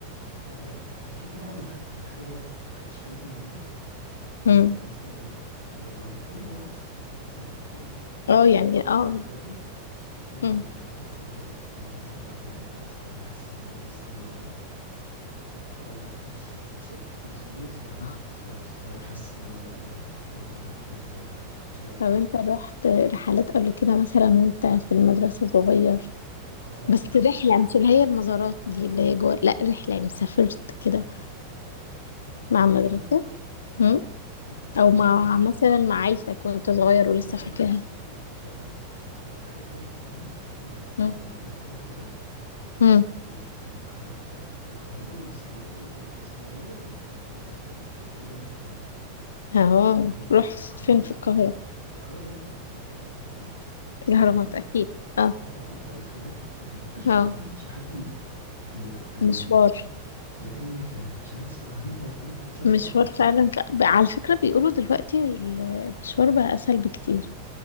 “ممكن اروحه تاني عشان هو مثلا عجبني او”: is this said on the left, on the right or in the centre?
Right